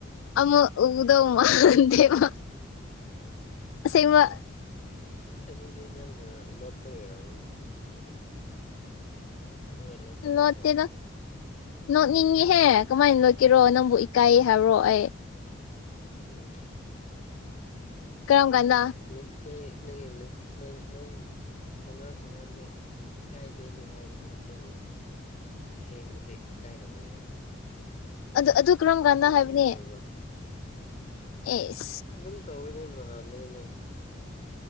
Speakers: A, on the left (about 80°); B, on the left (about 40°).
A: ꯑꯃꯨꯛ ꯎꯗꯧ ꯃꯥꯟꯗꯦꯕ꯫ ꯑꯁꯦꯡꯕ꯫
B: ꯑꯗꯨꯗꯤ ꯅꯪꯅ ꯂꯣꯠꯄꯒꯤ ꯑꯣꯏꯔꯝꯒꯅꯤ꯫ ꯑꯩ ꯎꯔꯒ ꯂꯣꯠꯀꯗꯕ
A: ꯅꯣꯠꯇꯦꯗ
B: ꯃꯥꯂꯤ ꯅꯪꯗꯤ꯫
A: ꯅꯣꯛꯅꯤꯡꯉꯤꯍꯦ ꯀꯃꯥꯏꯅ ꯂꯣꯠꯀꯦꯔꯣ ꯅꯪꯕꯨ ꯏꯀꯥꯏ ꯍꯥꯏꯕꯔꯣ ꯑꯩ꯫
B: ꯎꯝ꯫
A: ꯀꯔꯝ ꯀꯥꯟꯗ
B: ꯅꯪ ꯅꯪ ꯅꯪ ꯋꯉꯥꯡ ꯁꯉꯥꯡꯗꯤ ꯏꯀꯥꯏꯗꯦꯗꯤ ꯍꯥꯏꯒꯅꯤ ꯑꯗꯨꯕꯨ ꯑꯁꯦꯡꯕꯗꯤ ꯏꯀꯥꯏꯔꯝꯒꯅꯤ ꯅꯪ
A: ꯑꯗꯨ ꯑꯗꯨ ꯀꯔꯝ ꯀꯥꯟꯗ
B: ꯑꯩ
A: ꯍꯥꯏꯕꯅꯦ꯫
B: ꯎꯔꯒꯀꯣ
A: ꯑꯦꯁ
B: ꯑꯗꯨꯝ ꯇꯧꯋꯦꯅꯦ ꯅꯍꯥꯟꯅꯗꯒꯤ ꯅꯪ